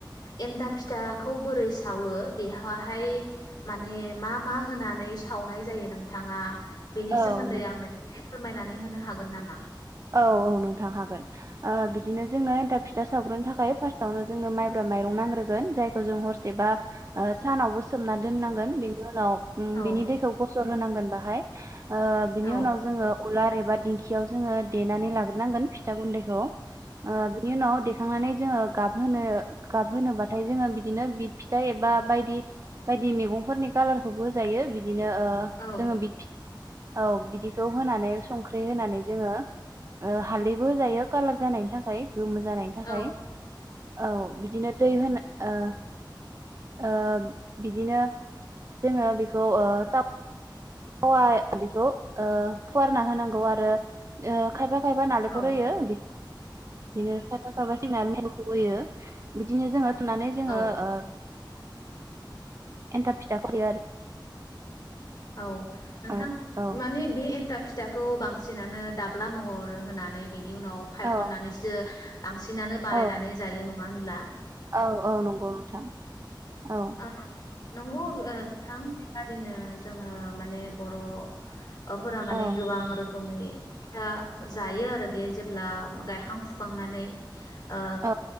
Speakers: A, on the left; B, on the right.
A: एन्थाब फिथाखौ बोरै सावो बेहावहाय माने मा मा होनानै सावनाय जायो नोंथाङा बेनि
B: औ
A: सोमोन्दै
B: नोंथां
A: आंनो फोरमायनानै होनो हागोन नामा
B: औ औ नोंथां हागोन ओ बिदिनो जोंनो एन्थाब फिथा सावग्रोनो थाखाय फार्स्टआवनो जोंनो माइब्रा माइरं नांग्रोगोन जाय हरजों हरसेबा ओ सानावबो सोमना दोननांगोन बेनि उनाव उम
A: औ
B: बिनि दैखौ गसर ग्रोनांगोन बाहाय ओ बिनि
A: औ
B: उनाव जोङो उलार एबा दिंखियाव जोङो देनानै लाग्रोनांगोन फिथा गुन्दै खौ बिनि उनाव देखांनानै जोङो गाबहोनो गाबहोनोबाथाय जोङो बिदिनो बिद फिथाइ एबा बायदि बायदि मैगंफोरनि कालारखौबो होजायो बि दिनो ओ
A: औ
B: जोङो बिद औ बिदिखौ होनानै संख्रि होनानै जोङो ओ हालदैबो होजायो कालार जानायनि थाखाय गोमो जानायनि थाखाय
A: औ
B: औ बिदिनो दै होनो ओ ओ बिदिनो जोङो बेखौ ओ था वा बेखौ ओ फुवारना होनांगौ आरो ओ खायफा खायफा नालेखर
A: औ
B: होयो बि बिदिनो खायफा खायफा <inaudible> बिदिनो जोङो थुनानै जोङो
A: औ
B: ओ एन्थाब फिथा खालायो आरो
A: औ नोंथां
B: आरो ओ
A: माने बे एन्टाब फि फिथाखौ बांसिनानो दाब्ला महर होनानै बिनि उनाव फायखननानैसो
B: औ
A: बांसिनानो बानायनानै
B: औ
A: जायो नङा होन ब्ला
B: औ औ नंगौ नोंथां औ
A: आ नंगौ ओ थां बेबादिनो जोङो माने बर' फोरा माने
B: ओ
A: गोबां रो खोमै फिथा जायो आरो बे जेब्ला गायखां फुखांनानै ओ
B: औ